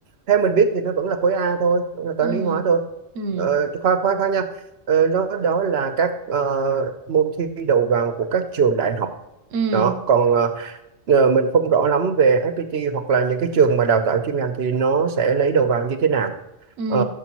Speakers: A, on the right; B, on the right.
A: theo mình biết thì nó vẫn là khối A thôi vẫn là
B: ừ
A: toán lý hóa thôi
B: ừ
A: ờ, khoa khoa khoa nha ờ, nó đó là các ờ, môn thi đầu vào của các trường đại học
B: ừ
A: đó còn ờ, ờ, mình không rõ lắm về FPT hoặc là những cái trường mà đào tạo chuyên ngành thì nó sẽ lấy đầu vào như thế nào
B: ừ
A: Ờ,